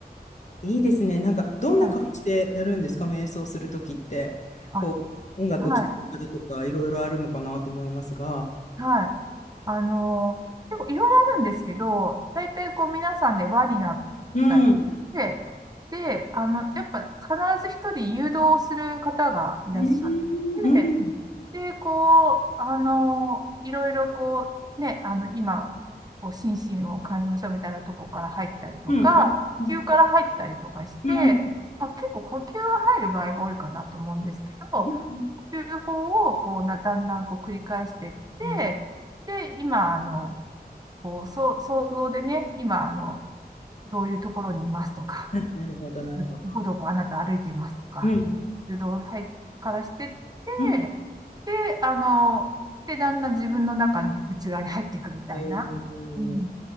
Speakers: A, on the left; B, on the right.
A: いいですね。なんか、どんな感じでやるんですか瞑想するときって。
B: はい。あ、
A: こう、音楽聴きながらとか、
B: は
A: いろいろあるのかなと思いますが。
B: い。はい。あの、結構いろいろあるんですけど、大体こう皆さんで輪になったりして、
A: うん、うん、
B: で、あの、やっぱ必ず一人誘導する方がいらっしゃっ
A: うん、うん、
B: て、で、こう、あの、いろいろこう、ね、あの、今、こう、心身を感じましょうみたいなとこから入ったりとか、
A: うん、うん、
B: 呼吸から入ったりとかして、
A: うん、
B: まあ、結構呼吸が入る場合が多いかなと思うんですけど、
A: うん、
B: 呼吸法をこうな、だんだんこう繰り返していって、
A: うん。
B: で、今、あの、こう、そう、想像でね、今、あの、どういうところにいますとか、
A: なるほど、なるほど。
B: どこどこあなた歩いてますとか、
A: うん、
B: 誘導はからしてって、
A: うん。
B: で、あの、で、だんだん自分の中に、内側に入っていくみたいな、
A: お
B: うん、
A: ー